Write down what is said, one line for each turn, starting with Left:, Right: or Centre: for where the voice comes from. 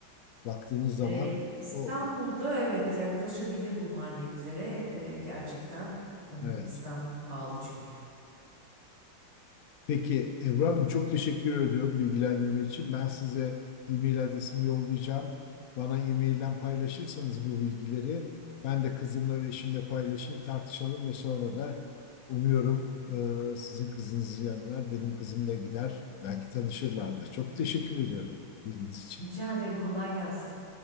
Left: Baktığınız zaman
Right: Ee, İstanbul'da
Left: o
Right: evet yaklaşabilir bu maliyetlere. Ee, gerçekten e,
Left: evet.
Right: İstanbul pahalı çünkü.
Left: Peki Ebru Hanım çok teşekkür ediyorum bilgilendirme için. Ben size e-mail adresimi yollayacağım. Bana e-mailden paylaşırsanız bu bilgileri ben de kızımla ve eşimle paylaşayım, tartışalım ve sonra da umuyorum e, sizin kızınızın yanına benim kızım da gider. Belki tanışırlar da. Çok teşekkür ediyorum bilginiz için.
Right: Rica ederim kolay gelsin.